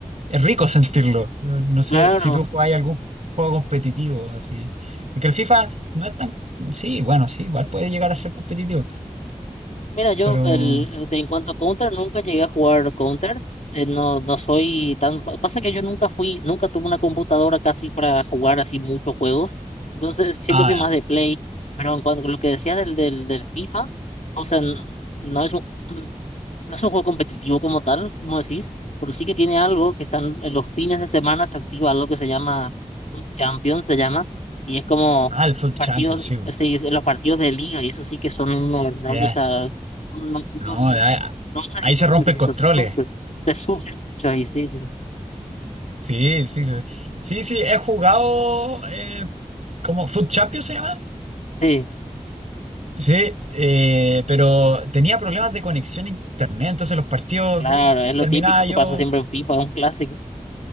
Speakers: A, on the right; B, on the left.
A: rico sentirlo. No sé
B: Claro.
A: si tú jugás algún juego competitivo así. Porque el FIFA no es tan. Sí, bueno, sí, igual puede llegar a ser competitivo.
B: Mira, yo
A: Pero.
B: el, de, en cuanto a Counter, nunca llegué a jugar Counter. Eh, no, no soy tan... fa- Pasa que yo nunca fui, nunca tuve una computadora casi para jugar así muchos juegos. Entonces siempre
A: Ah,
B: fui más
A: ya.
B: de Play. Pero en cuanto a lo que decías del, del, del FIFA, o sea, n- no es un... <clears throat> No es un juego competitivo como tal, como decís, pero sí que tiene algo que están en los fines de semana se activa algo que se llama un Champion, se llama, y es como
A: ah el Foot
B: partidos,
A: Champions, sí.
B: se dice, los partidos de liga, y eso sí que son un horror,
A: ya.
B: o sea, no, no, no,
A: No, ya-
B: no se
A: ahí
B: disfruta
A: se rompen
B: con
A: controles.
B: eso, se sufre, se sufre mucho, y sí, sí,
A: Sí, sí, sí. Sí, sí, he jugado. Eh, ¿cómo? ¿Foot Champions se llama?
B: sí,
A: Sí, eh, pero tenía problemas de conexión a internet. Entonces los partidos.
B: claro,
A: put,
B: es lo
A: terminaba
B: típico que
A: yo.
B: pasa siempre en FIFA, es un clásico.